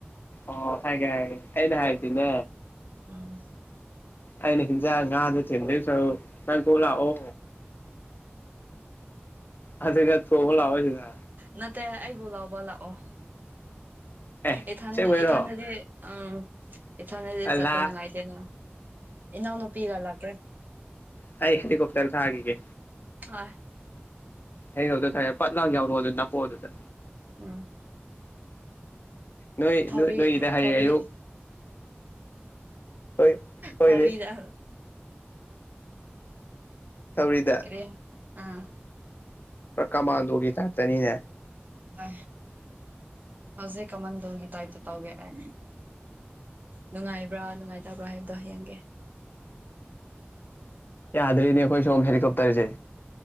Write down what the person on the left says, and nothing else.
ꯑꯣ ꯍꯥꯏꯦ ꯍꯥꯏꯦ ꯑꯩꯅ ꯍꯥꯏꯇꯅ
ꯑꯩꯅꯁꯤ ꯆ ꯉꯗ ꯊꯁ ꯀꯥꯏ ꯀꯣꯂ ꯑꯣ ꯑꯗꯨꯒ ꯊꯣꯡꯉ ꯂꯥꯛꯑꯣ ꯁꯤꯗ
ꯑꯦ
ꯑꯁꯦꯡꯕꯩꯔꯣ
ꯂꯥ
ꯇꯗꯤ ꯇꯥꯔꯁ ꯍꯥꯏꯒ
ꯍꯩ ꯍꯧꯗ ꯈꯔꯦ ꯄꯠ ꯂꯥꯛ ꯌꯥꯎꯔꯛꯑꯣ ꯑꯗꯨ ꯅꯥꯄꯣꯛꯑꯣ ꯑꯗꯨꯗ
ꯅꯣꯏꯣꯏ
ꯅꯣꯏꯣꯏ ꯏꯗ ꯍꯥꯏꯌꯦꯨ
ꯍꯣꯏ ꯑꯣꯏꯣꯏꯗꯤ
ꯇꯧꯔꯤꯗ
ꯄ ꯀꯥ ꯃꯥꯟꯗꯒꯤ ꯊꯥꯛꯇꯅꯤꯅꯦ
ꯑꯦ ꯑꯥꯗꯔꯤꯅꯤ ꯑꯩꯣꯏ ꯁꯣ ꯍꯦꯂꯤꯀꯣꯞꯇꯔꯁ